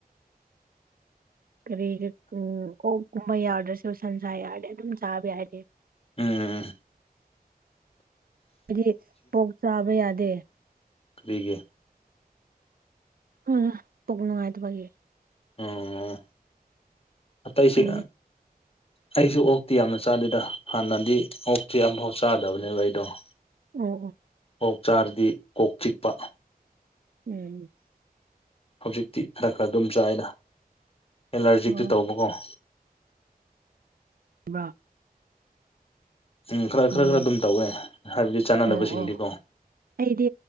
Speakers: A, on the right; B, on the left.
A: ꯀꯔꯤꯒ ꯎꯝ ꯀꯨꯝꯍꯩ ꯌꯥꯎꯗ꯭ꯔꯁꯨ ꯁꯟꯁꯥ ꯌꯥꯎꯔꯗꯤꯦ ꯑꯗꯨꯝ ꯆꯥꯕ ꯌꯥꯏꯔꯦ
B: ꯎꯝ
A: ꯍꯥꯏꯗꯤ ꯀꯣꯛ ꯆꯥꯕ ꯌꯥꯗꯦ
B: ꯀꯕꯤꯒꯦ
A: ꯑ ꯄꯣꯛ ꯅꯨꯡꯉꯥꯏꯗꯨꯕꯒꯤꯦ
B: ꯑꯣ ꯑꯇꯩꯁꯤꯦ
A: ꯇꯜꯂꯤ
B: ꯑꯩꯁꯨ ꯑꯣꯛꯇꯤ ꯌꯥꯝꯅ ꯆꯥꯗꯦꯗ ꯍꯥꯟꯅꯗꯤ ꯑꯣꯛꯇꯤ ꯑꯃꯝꯐꯥꯎ ꯆꯥꯗꯕꯅꯦꯕ ꯑꯩꯗꯣ <unintelligible>
A: ꯑꯣ ꯑꯣ
B: ꯑꯣꯛ ꯆꯥꯔꯗꯤ ꯀꯣꯛ ꯆꯤꯛꯄ
A: ꯎꯝ
B: ꯍꯧꯖꯤꯛꯇꯤ ꯈꯔ ꯈꯔ ꯑꯗꯨꯝ ꯆꯥꯏꯅ ꯑꯦꯂꯔꯖꯤꯛꯇꯤ
A: ꯑꯣ
B: ꯇꯧꯕꯀꯣ
A: <unintelligible>
B: ꯎꯝ ꯈꯔ
A: ꯌꯦ
B: ꯈꯔ ꯈꯔ ꯑꯗꯨꯝ ꯇꯧꯋꯦ ꯍꯥꯏꯕꯗꯤ ꯆꯥꯟꯅꯅꯕꯁꯤꯡꯗꯤꯀꯣ
A: ꯑꯣ ꯑꯣ ꯑꯩꯗꯤ